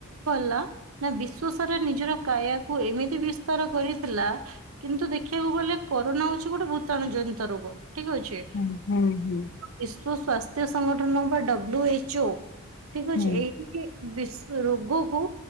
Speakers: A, on the right; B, on the left.
A: ଗଲା ନା ବିଶ୍ଵସାରା ନିଜର କାୟାକୁ ଏମିତି ବିସ୍ତାର କରି ଥିଲା କିନ୍ତୁ ଦେଖିବାକୁ ଗଲେ କରୋନା ହଉଛି ଗୋଟେ ଭୂତାଣୁ ଜନିତ ରୋଗ ଠିକ ଅଛି।
B: ହୁଁ ହୁଁ ହୁଁ।
A: ବିଶଵ ସ୍ୱାସ୍ଥ୍ୟ ସଂଗଠନ ବା ଡବ୍ଲୁ ଏଚ ଓ ଠିକ
B: ହୁଁ
A: ଅଛି ଏଇ ବିଶ ରୋଗକୁ